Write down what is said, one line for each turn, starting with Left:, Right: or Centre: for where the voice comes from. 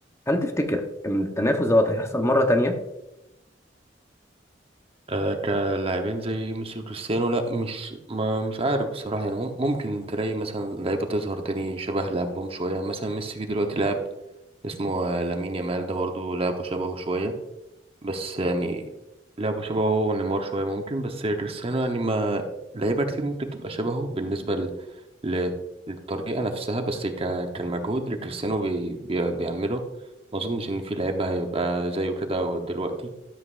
Left: هل تفتكر ان التنافس دوت هيحصل مره تانية
Right: آه، كلاعبين زي ميسي وكريستيانو لا مش ما مش عارف بصراحة يعني مم- ممكن تلاقي مثلا لعيبة تظهر تاني شبه لعبهم شوية يعني مثلا ميسي في دلوقتي لاعب اسمه آه، لامين يامال ده برضه لعبه شبهه شوية بس يعني لعبه شبهه هو ونيمار شوية ممكن بس كريستيانو يعني ما لعيبة كتير ممكن تبقى شبهه بالنسبة ل... ل- للطريقة نفسها بس ك... كالمجهود اللي كريستيانو بي... بي... بيعمله ما أظنش إن في لعيبة هيبقى زيه كده دلوقتي